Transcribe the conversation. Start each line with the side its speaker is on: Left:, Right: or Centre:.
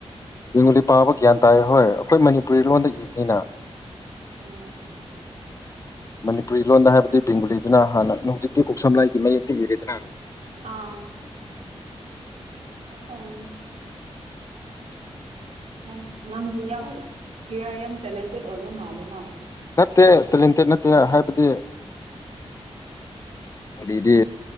Left: ꯕꯦꯡꯉꯨꯂꯤ ꯄꯥꯕ ꯒ꯭ꯌꯥꯟ ꯇꯥꯏ ꯍꯣꯏ ꯑꯩꯈꯣꯏ ꯃꯅꯤꯄꯨꯔꯤ ꯂꯣꯟꯗ ꯏꯕꯅꯤꯅ꯫
Right: ꯑꯣ ꯑꯣ
Left: ꯃꯅꯤ ꯎꯨꯔꯤ ꯂꯣꯟꯗ ꯍꯥꯏꯕꯗꯤ
Right: ꯌꯥꯝ ꯐꯩ
Left: ꯕꯦꯡꯒꯨꯂꯤꯗꯨꯅ ꯍꯥꯟꯅ ꯍꯧꯖꯤꯛꯇꯤ ꯀꯣꯛꯁꯝꯂꯥꯏꯒꯤ ꯃꯌꯦꯛꯇ ꯏꯔꯦꯗꯅ꯫
Right: ꯑꯥ ꯑꯥꯎ ꯌꯥꯝ ꯅꯪꯗꯤ ꯌꯥꯝ ꯄ꯭ꯤꯌꯔ ꯌꯥꯝ ꯇꯦꯂꯦꯟꯇꯦꯠ ꯑꯣꯏꯕ ꯃꯥꯜꯂꯦ ꯅꯍ
Left: ꯅꯠꯇꯦ ꯇꯦꯂꯦꯟꯇꯦꯠ ꯅꯠꯇꯦ ꯍꯥꯏꯕꯗꯤ ꯑꯗꯤ